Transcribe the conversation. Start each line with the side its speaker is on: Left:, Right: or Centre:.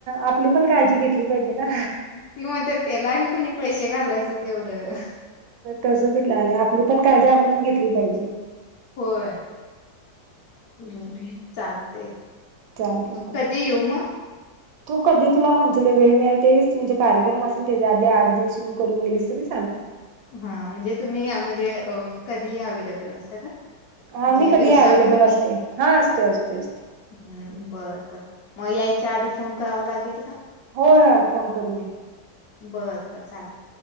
Right: आपली पण काळजी घेतली पाहिजे ना.
Left: ती म्हणत्यात, तेला आणि कुणी पैशे घालायचं तेवढं.
Right: तसं कुठलं आलं, आपली पण काळजी आपणच घेतली पाहिजे.
Left: होय. हम्म, चालतय,,
Right: चालते
Left: कधी येऊ मग?
Right: तू कधी तुला म्हणज वेळ मिळेल तेच, तुमचे कार्यक्रम असेल त्याच्या आधी आठ दिवस येऊन, करून गेलीस तरी चालतंय.
Left: हा म्हजे तुम्ही, म्हजे अ कधीही अवे्लेबल असता का?
Right: हा
Left: म्हणजे
Right: मी कधी
Left: दिवसातून?
Right: अवे्लेबल असतोय,, हा असतोय असतोय असतोय.
Left: हम्म बर बर,, मग यायच्या आधी फोन करावा लागेल का?
Right: होय ह फोन करून या.
Left: बर बर चालेल,,